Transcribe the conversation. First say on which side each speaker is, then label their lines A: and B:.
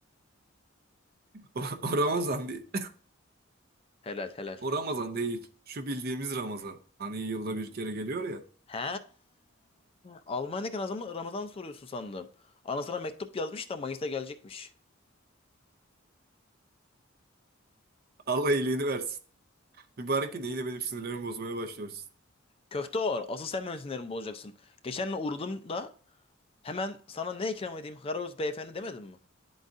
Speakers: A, on the right; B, on the left.
A: O, o Ramazan değil. <laughs>
B: Helal helal.
A: O Ramazan değil. Şu bildiğimiz Ramazan. Hani yılda bir kere geliyor ya.
B: He, Almanya Ramazan Ramazan soruyorsun sandım. Anasına mektup yazmış da Mayıs'ta gelecekmiş.
A: Allah iyiliğini versin. Mübarek gün de yine benim sinirlerimi bozmaya başlıyorsun.
B: Köfte or. Asıl sen benim sinirimi bozacaksın. Geçenle uğradım da hemen sana ne ikram edeyim Karaoz beyefendi demedim mi?